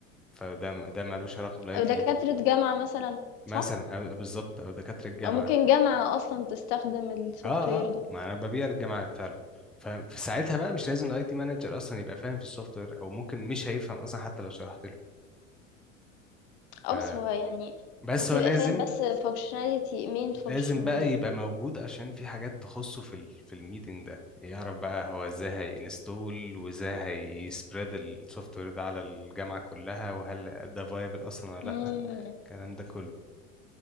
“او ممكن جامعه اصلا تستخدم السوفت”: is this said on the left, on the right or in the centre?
Left